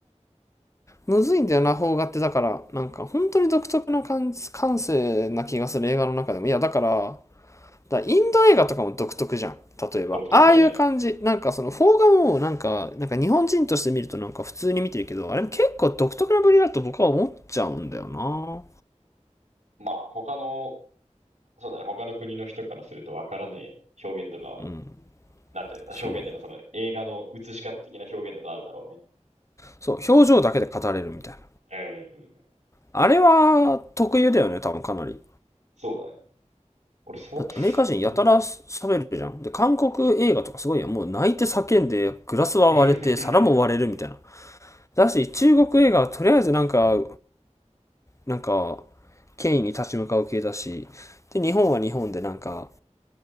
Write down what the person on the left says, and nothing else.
むずいんだよな、邦画って。だから、なんか、本当に独特な感感性な気がする映画の中でも。いや、だから、だインド映画とかも独特じゃん。例えば。
ああいう感じ。なんかその、フォーガもなんか、なんか日本人として見るとなんか普通に見てるけど、あれも結構独特なぶりだと僕は思っちゃうんだよな。
うん。
そう。そう、表情だけで語れるみたいな。
あれは特有だよね、多分かなり。
だってアメリカ人やたら喋るじゃん。
で、韓国映画とかすごいやん。もう泣いて叫んで、グラスは割れて、
皿も割れるみたいな。だし、中国映画はとりあえずなんか、なんか権威に立ち向かう系だしで日本は日本でなんか